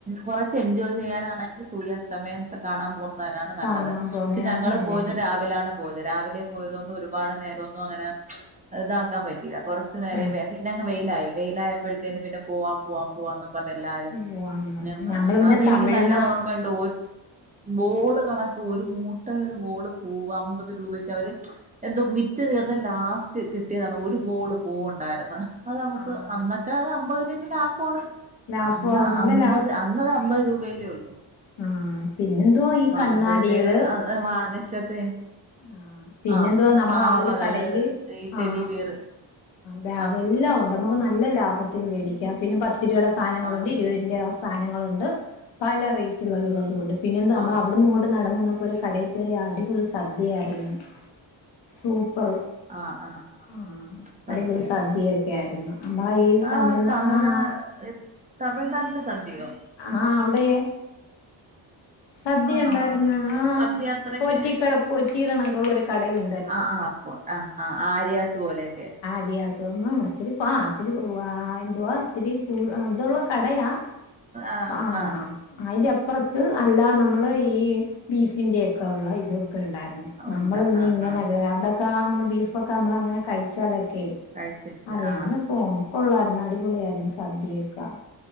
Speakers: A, on the right; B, on the left.
A: കുറച്ച് എൻജോയ് ചെയ്യാനാണെങ്കിൽ സൂര്യാസ്ത സമയം കാണാൻ പോകുന്നതിനാണ് നല്ലത്,
B: കാണാൻ പോവുന്നയാണ്
A: പക്ഷെഞങ്ങള്
B: നല്ലത്
A: പോയത് രാവിലെ. രാവിലാണ് പോയത് രാവിലെ- പോയതൊണ്ട് ഒരുപാട് നേരോന്നും അങ്ങനെ- ഇതാക്കാൻ പറ്റില്ല കുറച്ചു നേരെ
B: ബൈ.
A: പിന്നെങ്ങ് വെയിലായി, വെയിലായപ്പോഴത്തേനും പിന്നെ പോവാം - പോവാം പോവാന്ന്പറഞ്ഞു- എല്ലാരും,
B: പോവാന്ന് പറഞ്ഞു
A: പിന്ന
B: ഞമ്മള് പിന്നെ
A: അന്ന് എനിക്ക്
B: തമിഴ്നാ
A: നല്ല ഓർമ്മയുണ്ട്. ബോള് കണക്ക് ഒരു. പെട്ടെന്നൊരു ബോള് പോവ്വാ- അമ്പത് രൂപക്ക് അവര് എന്തോ വിറ്റ് തീർന്ന് ലാസ്റ്റ്- സ്റ്റ് കിട്ടിയതാണ് ഒരു ബോള്- പൂവുണ്ടായിരുന്ന് അത് നമുക്ക്
B: ആഹ്
A: അന്നെ- അത് അമ്പത് രൂപക്ക് ലാഭാണ്.
B: ലാഭവാ
A: അന്ന്
B: നല്ല
A: അമ്പത് അന്നത് അമ്പത് രൂപയല്ലേയുള്ളൂ.
B: ആഹ് പിന്നെന്തുവാ ഈ കണ്ണാടികള്-
A: അപ്പോഴത്തേന് അത് വാങ്ങിച്ചൊക്കെ-
B: ആ പിന്നെന്തുവാ,
A: ആ
B: നമ്മളവിടൊരു
A: പാവകള്
B: കടയില്
A: ഈ
B: ആഹ്
A: ടെഡി ബിയർ
B: ബാഗെല്ലാം
A: ആ
B: ഉണ്ട്. നമുക്ക് നല്ല ലാഭത്തിന് മേടിക്കാം, പിന്നെ പത്ത് രൂപയുടെ സാധനങ്ങളുണ്ട്,
A: വാങ്ങിക്കും
B: ഇരുപതിന്റെ- സാധനങ്ങളുണ്ട് പല റേറ്റിലുള്ളതുണ്ട് പിന്നെന്ത്, നമ്മൾ
A: ആ
B: അവിടുന്ന് ഇങ്ങോട്ട്- നടന്നുവന്നപ്പൊരു- കടയിൽ കയറി അടിപൊളി സദ്യയായിരുന്നു. സൂപ്പറ്
A: ആ ആ ആ
B: ആഹ്
A: സത്യ
B: അടിപൊളി- സദ്യയൊക്കെയായിരുന്നു. നമ്മളെ ഈ
A: ആഹ്
B: തമിഴ്ന്നാ
A: തമിഴ്
B: ആഹ് ആഹ്.
A: തമിഴ്നാട്ടിലെ സദ്യയോ.
B: ആഹാ അവിടെ. സദ്യയുണ്ടായിരുന്നു
A: ആഹ്
B: ആഹാ
A: സദ്യ അത്രക്ക്
B: പോറ്റിക്കട, പോറ്റിക്കണക്കുള്ളൊരു കടയു-
A: ആഹാ ആഹാ അപ്പോ ആഹാ, ആഹാ ആര്യാസ് പോലെയൊക്കെ.
B: ആര്യയാസുവെന്നോ ഇച്ചിരി പോ- ഇച്ചിരി എന്തുവാ, ഇച്ചിരി കു ഇതുള്ള കടയാ.
A: ആഹ്
B: ആഹാ...
A: ആഹ്
B: അതിന്റെ അപ്പുറത്ത് അല്ല നമ്മള്- ഈ ബീഫിന്റെ ഒക്കെയുള്ള- ഇതൊക്കെ ഉണ്ടായിരുന്നു. നമ്മൾ
A: ഉണ്ട്
B: പിന്നെ
A: ആഹ്
B: ഇങ്ങനെ-
A: ആഹ്
B: അവിടെക്കെ നമ്മള് ബീഫൊക്കെ, നമ്മളങ്ങനെ കഴിച്ചാലൊക്കെയെ-
A: കഴിച്ചിട്ടില്ല
B: അറിയാമെനെഫോ-
A: ആഹ്
B: കൊള്ളായിരുന്നു. അടിപൊളിയായിരുന്നു സദ്യയൊക്ക.